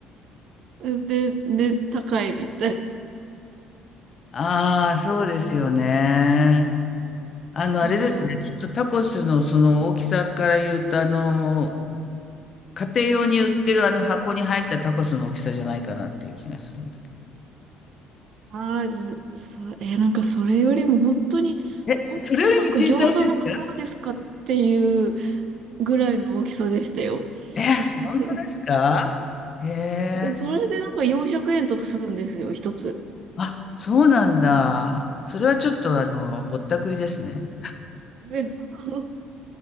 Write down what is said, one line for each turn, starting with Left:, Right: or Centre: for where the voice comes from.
Right: <laughs> で、で、高いみたいな。
Left: ああ、そうですよね。あの、あれですね、
Right: なんか、
Left: きっとタコスのその大きさから言うと、あの、家庭用に売ってるあの箱に入ったタコスの大きさじゃないかなっていう気がするんだけ
Right: ある、そう、えーなんかそれよりも本当に、
Left: ど。え、
Right: 本当になんか餃子の皮ですかっていう
Left: それよりも小さいですか
Right: ぐらいの大きさでしたよ。
Left: え、
Right: <laughs>
Left: 本当ですかへえ、
Right: それでなんか400円とかするんですよ、一つ。
Left: あ、そうなんだ。それはちょっとあの、ぼったくりですね。
Right: で、そう